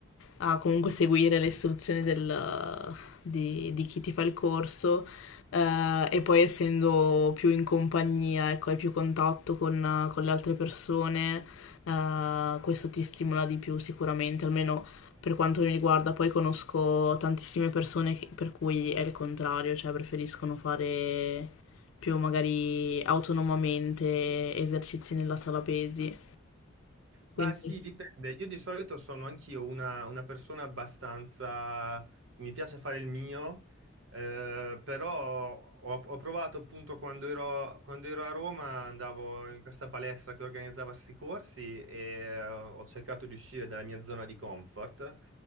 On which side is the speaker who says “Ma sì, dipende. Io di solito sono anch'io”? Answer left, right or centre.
Right